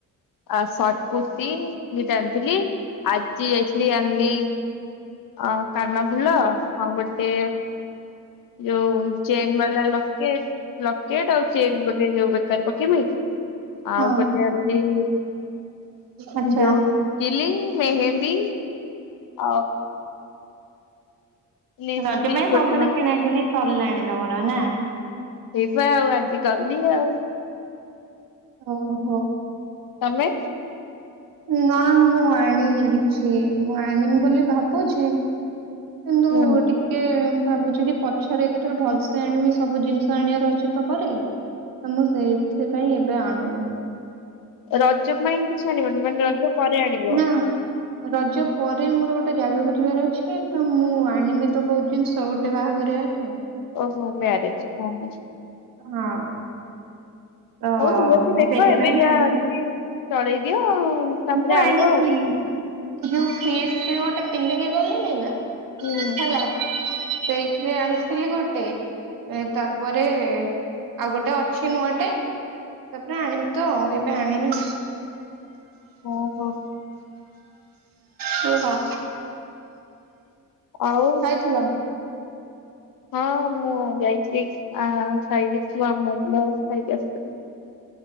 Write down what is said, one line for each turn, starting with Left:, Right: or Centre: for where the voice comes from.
Left: ଆ ସର୍ଟ କୁର୍ତ୍ତି, ଦିଟା ଆାଣିଥିଲି ଆଜି ଯାଇଥିଲି ଆଣିଲି। ଅ କାନ ଫୁଲ, ଆଉ ଗୋଟେ ଯୋଉ ଚେନ୍ ବାଲା ଲକେଟ ଲକେଟ, ଆଉ ଚେନ୍ ଗୋଟେ, ଯୋଉ ବେକରେ ପ କେମି ଆଉ
Right: ହଁ
Left: ଗୋଟେ ଆଣିଲି
Right: ଆଚ୍ଛା
Left: ଯୋଉ ଟିକିଲି, ମେହେନ୍ଦୀ ଆ ଲିପଷ୍ଟିକ
Right: ରଜ ପାଇଁ
Left: ଗୋଟେ
Right: ସବୁମାନେ କିଣା କିିଣି ସରିଲାଣି ତମର ନା।
Left: ଏଇପା ଆଉ ଆଜି ଗଲି ଆଉ।
Right: ଓହୋ
Left: ତମେ?
Right: ନା ମୁଁ ଆଣିନି କିଛି, ମୁଁ ଆଣିବି ବୋଲି ଭାବୁଚି। କିନ୍ତୁ
Left: ହୁଁ
Right: ଟିକେ ଟିକେ ଭାବୁଚି କି ପଛରେ କେତେବେଳେ ଭଲସେ ଆଣିବି ସବୁ ଜିନିଷ ଆଣିବାର ଅଛି ତପରେ। ତ ମୁଁ ସେଇଥିପାଇଁ ଏବେ ଆଣୁନି।
Left: ରଜ ପାଇଁ କିଛି ଆଣିବନି, ମାନେ ରଜ ପରେ ଆଣିବ।
Right: ନା ରଜ ପରେ ମୋର ଗୋଟେ ଜାଗାକୁ ଯିବାର ଅଛି, ତ ମୁଁ ଆଣିବି ତ ବହୁତ ଜିନିଷ ଗୋଟେ ଗୋଟେ ବାହାଘରିଆ ଅଛି।
Left: ଓହୋ ମ୍ୟାରେଜ ଓ ହୋ।
Right: ହଁ। ତ
Left: ହଉ ଠିକ ଅଛି
Right: ମୁଁ
Left: ଦେଖ
Right: ସେଇଥିପାଇଁ
Left: ଏବେ ଯାହା
Right: ଆଣିବି
Left: ଅଛି ଚଳେଇ ଦିଅ ଆଉ। ତାପରେ
Right: ମୁଁ ଆଣିଥିଲି,
Left: ଆଣିବ
Right: ଏ ଯୋଉ ଫେସ ରେ ଗୋଟେ ପିନ୍ଧିକ ଗଲେଣିି ନା।
Left: ହୁଁ।
Right: ହେଲା ସେଇଠରେ ଆଣିଥିଲି ଗୋଟେ। ଏ ତାପରେ ଆଉ ଗୋଟେ ଅଛି ନୂଆଟେ। ତାପରେ ଆଣିବି ତ ଆଉ ଏବେ ଆଣିନି।
Left: ଓହୋ।
Right: କୁହ।
Left: ଆଉ?
Right: ନା।
Left: ହଁ ମୁଁ ଯାଇଥିଲି, ଆ ଖାଇକ ଥିଲା ମୋମୋ ଖାଇକି ଆସିଥିଲି।